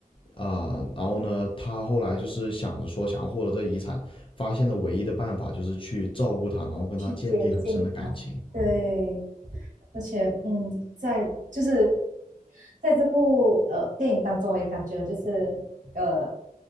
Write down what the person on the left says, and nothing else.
啊、然后呢他后来就是想着说想要获得这遗产，发现的唯一的办法就是去照顾他，然后跟他建立很深的感情，